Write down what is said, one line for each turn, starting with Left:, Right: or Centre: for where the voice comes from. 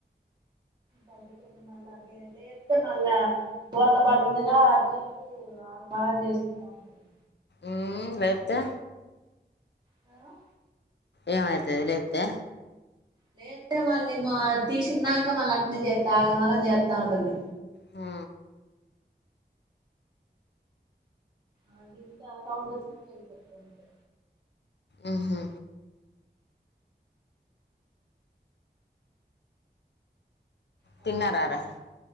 Right: పడుకుంది మళ్ళా అదే, లెప్తే మళ్ళా బోర్ల పడుతుంది గా అటు ఇటూ. అగ మాగాం చేసుకుంటా ఉంటది.
Left: ఊ లెప్తే
Right: లో
Left: ఏమైతది లిప్తే?
Right: లేతే మళ్ళీమో తీసినాక మళ్ళ అట్నీ చెత్తా ఆగమాగం చెత్తా ఉంటది.
Left: ఆ
Right: ఆ గింత సౌండ్ వచ్చిన మెలుకుతదంతే
Left: ఉహు
Right: పనుకున్నాడు
Left: తిన్నారారా
Right: అక్క.